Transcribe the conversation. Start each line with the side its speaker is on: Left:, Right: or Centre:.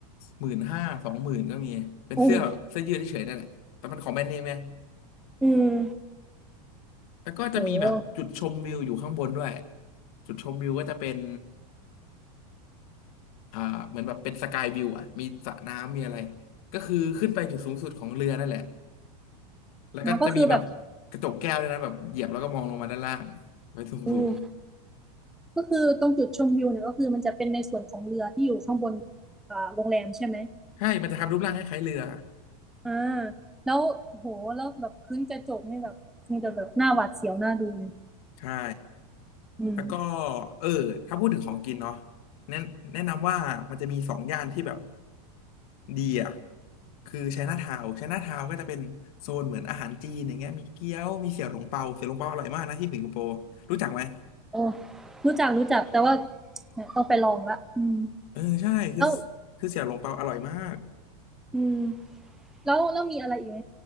Left: หมื่นห้าสองหมื่นก็มีเป็นเสื้อแบบเสื้อยืดเฉยๆนั่นแหละแต่มันของแบรนด์เนมไง
Centre: โอืมอืม
Left: แล้วก็จะมีแบบจุดชมวิวอยู่ข้างบนด้วย
Centre: โห
Left: จุดชมวิวก็จะเป็นอ่าเหมือนแบบเป็นสกายวิวอะมีสระน้ำมีอะไรก็คือขึ้นไปจุดสูงสุดของเรือนั่นแหละ แล้วก็จะมีแบบกระจกแก้วด้วยนะแบบเหยียบแล้วก็มองลงมาด้านล่างไปสูงสูง
Centre: แล้วก็คือแบบอืมก็คือตรงจุดชมวิวเนี่ยก็คือมันจะเป็นในส่วนของเรือที่อยู่ข้างบนอ่าโรงแรมใช่ไหม
Left: ใช่มันจะทำรูปร่างคล้ายๆเรือ
Centre: อ่าแล้วโหแล้วแบบพื้นกระจกนี่แบบคงจะแบบหน้าหวาดเสียวหน้าดูเลย
Left: ใช่
Centre: อืม
Left: แล้วก็เออถ้าพูดถึงของกินเนาะแนะแนะนำว่ามันจะมีสองย่านที่แบบดีอ่ะคือไชน่าทาวน์ไชน่าทาวน์ก็จะเป็นโซนเหมือนอาหารจีนอย่างเงี้ยมีเกี๊ยวมีเสี่ยวหลงเปาเสี่ยวหลงเปาอร่อยมากนะที่สิงคโปร์รู้จักไหม
Centre: โอ้รู้จักรู้จักแต่ว่าเนี่ยต้องไปลองละอืม
Left: เออใช่คือ
Centre: แล้ว
Left: คือเสี่ยวหลงเปาอร่อยมาก
Centre: อืมแล้วแล้วมีอะไรอีกไหม